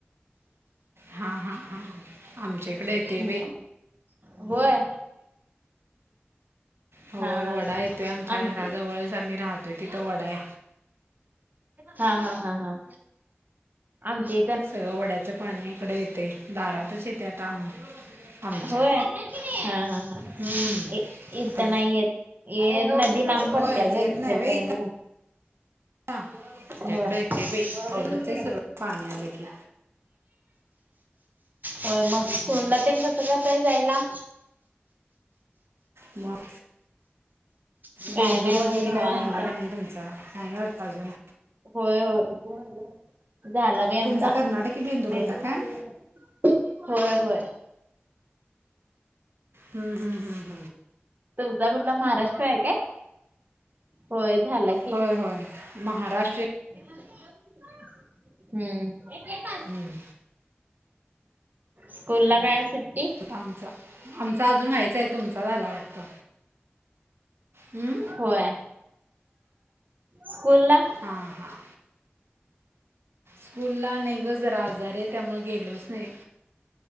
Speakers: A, on the right; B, on the right.
A: हा हा हा आमच्याकडे य
B: हम्म
A: ते वे
B: होय
A: होय
B: हा
A: वडा
B: हा हा
A: येतोय आमच्या
B: आमचे
A: घराजवळच आम्ही राहतोय तिथं वडा आहे
B: हा हा हा हा आम ते
A: सगळं वड्याचं पाणी इकडे येतये दारातच येते आम आमच्या.
B: होय हा हा
A: हम्म
B: इ-इत
A: आता
B: नाही येत. ये नदी लांब
A: होय
B: पडत्या ग
A: येत
B: इचलकरंजीला.
A: नाही व्हय इथं आमच्याकडे
B: होय!
A: येते
B: <unintelligible>
A: बाई आवडत आहे सगळं पाणी आलं की
B: होय मग कुणला तेण कसं करताय जायला.
A: मग.
B: काय
A: बेंदूर
B: नाही
A: वगैरे
B: बघ निवांत.
A: काय झाला का नाही तुमचा, नाही वाटत अजून.
B: होय, होय झालं बाई आमचा
A: तुमचा कर्नाटकी बेंदूर
B: बेंदूर.
A: होता काय
B: होय, होय!
A: हूं हूं हूं!
B: तुमचा कुठला महाराष्ट्र आहे काय, होय झाला.
A: होय, होय महाराष्ट्र.
B: हूं!
A: ह <inaudible>
B: स्कूल ला काय आज सु
A: होता आमचा. आमचा अजून व्हायचाय, तुमचा झाला वाटतं ऊ.
B: होय स्कूल ला.
A: हां हां! स्कूलला नाही गं जरा आजारी आहे त्यामुळं गेलोच नाही.